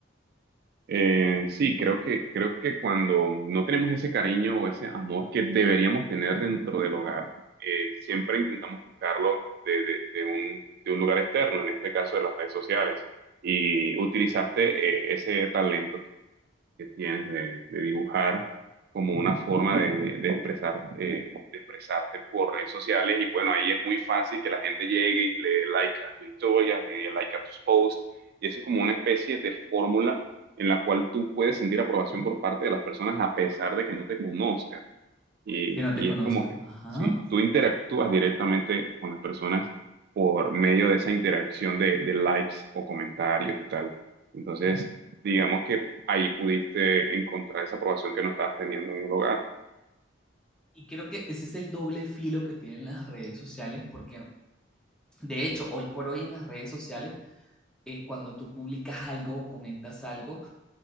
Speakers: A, on the right; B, in the centre.
A: Eh, sí, creo que, creo que cuando no tenemos ese cariño o ese amor que deberíamos tener dentro del hogar, eh, siempre intentamos buscarlo de, de- de un, de un lugar externo, en este caso de las redes sociales. Y utilizaste eh, ese talento que tienes de, de dibujar como una forma de, de- de expresar, eh, de expresarte por redes sociales. Y bueno, ahí es muy fácil que la gente llegue y le dé like a tus historias, le dé like a tus posts. Y eso es como una especie de fórmula en la cual tú puedes sentir aprobación por parte de las personas a pesar de que no te conozcan. Y,
B: que no
A: y
B: te conozcan.
A: es como que
B: Ajá.
A: si tú interactúas directamente con las personas por medio de esa interacción de, de likes o comentarios y tal. Entonces, digamos que ahí pudiste encontrar esa aprobación que no estabas teniendo en el hogar.
B: Y creo que ese es el doble filo que tienen las redes sociales, porque de hecho, hoy por hoy en las redes sociales, eh, cuando tú publicas algo o comentas algo,